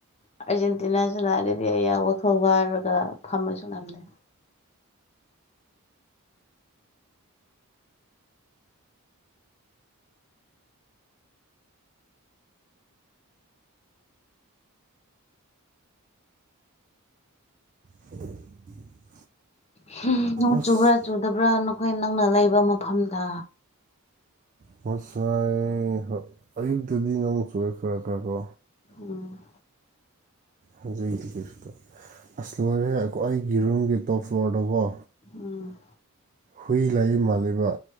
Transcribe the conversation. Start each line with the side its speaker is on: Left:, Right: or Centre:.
Left: ꯑꯥꯔꯖꯦꯟꯇꯤꯅꯥꯁꯨ ꯂꯥꯛꯂꯤꯅꯤ ꯌꯥ ꯃꯈꯣꯡ ꯋꯥꯔꯒ ꯐꯝꯃꯁꯨ ꯉꯝꯗꯦ
Right: <inaudible>
Left: ꯍꯨꯝ ꯅꯣꯡ
Right: ꯑꯁ
Left: ꯆꯨꯕ꯭ꯔꯥ ꯆꯨꯗꯕ꯭ꯔꯥ ꯅꯈꯣꯏ ꯅꯪꯅ ꯂꯩꯕ ꯃꯐꯝꯗ
Right: ꯉꯁꯥꯏ ꯍꯣ ꯑꯌꯨꯛꯇꯗꯤ ꯅꯣꯡ ꯆꯨꯑꯦ ꯈꯔ ꯈꯔ ꯀꯣ
Left: ꯎꯝ
Right: ꯍꯧꯖꯤꯛꯇꯤ ꯒꯤꯐꯇꯣ ꯑꯁ ꯂꯣꯏꯔꯦꯍꯦ ꯑꯩꯒꯤ ꯔꯨꯝꯒꯤ ꯇꯣꯞ ꯐ꯭ꯂꯣꯔꯗꯣꯒꯣ
Left: ꯎꯝ
Right: ꯍꯨꯏ ꯂꯩ ꯃꯥꯜꯂꯤꯕ